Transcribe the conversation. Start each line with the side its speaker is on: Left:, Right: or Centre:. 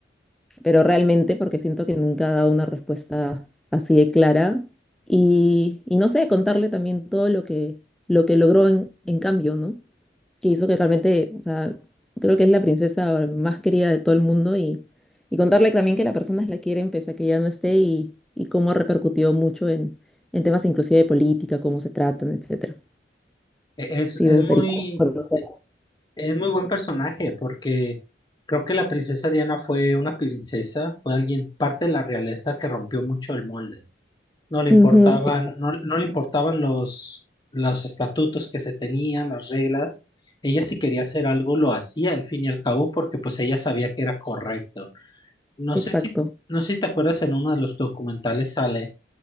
Centre: pero realmente porque siento que nunca ha dado una respuesta así de clara y, y no sé, contarle también todo lo que, lo que logró en, en cambio, ¿no? Que hizo que realmente, o sea, creo que es la princesa más querida de todo el mundo y, y contarle también que las personas la quieren pese a que ya no esté y, y cómo ha repercutido mucho en, en temas inclusive de política, cómo se tratan, etcétera.
Left: Es,
Centre: Sí,
Left: es
Centre: me gustaría
Left: muy,
Centre: conocer.
Left: Es muy buen personaje porque creo que la princesa Diana fue una princesa, fue alguien, parte de la realeza que rompió mucho el molde. No le
Centre: Ujú,
Left: importaban,
Centre: exacto,
Left: no, no le importaban los, los estatutos que se tenían, las reglas. Ella si quería hacer algo lo hacía al fin y al cabo porque pues ella sabía que era correcto. No
Centre: exacto.
Left: sé si, no sé si te acuerdas en uno de los documentales sale